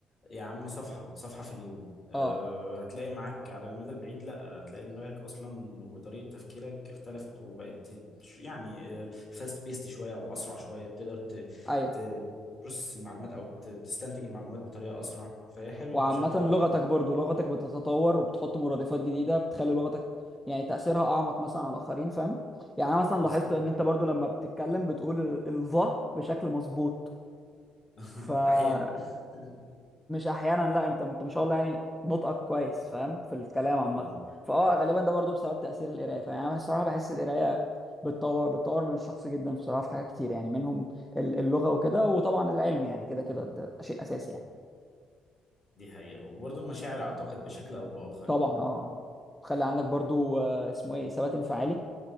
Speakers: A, on the left (about 30°); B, in the centre.
A: يا عم صفحة صفحة في اليوم أه
B: اه
A: هتلاقي معاك على المدى البعيد لا هتلاقي دماغك أصلا وطريقة تفكيرك اختلفت وبقت ت- ش- يعني فاست بيست شوية أو أسرع شوية بتقدر ت-
B: ايوه
A: ت- تبروسس المعلومات أو ت- تستنتج المعلومات بطريقة أسرع فهي حلوة
B: وعامة
A: بشكل
B: لغتك
A: أو بآخر.
B: برضو لغتك بتتطور وبتحط مرادفات جديدة بتخلي لغتك يعني تأثيرها أعمق مثلا على الآخرين فاهم يعني أنا مثلا
A: بالظبط
B: لاحظت إن أنت برضو لما بتتكلم بتقول ال- الظه بشكل مظبوط
A: <laughs>
B: فمش
A: أحيانا <laughs>
B: أحيانا لا أنت أنت ما شاء الله يعني نطقك كويس فاهم في الكلام عامة
A: حبيبي
B: فأه غالبا ده برضو بسبب تأثير القراية فيعني أنا بصراحة بحس القراية بتطور بتطور من الشخص جدا بصراحة في حاجات كتير يعني منهم ال- اللغة وكده وطبعا العلم يعني كده كده ده شيء أساسي يعني
A: دي حقيقة وبرضه المشاعر أعتقد بشكل أو بآخر
B: طبعا اه تخلي عندك برضو آه، اسمه ايه ثبات انفعالي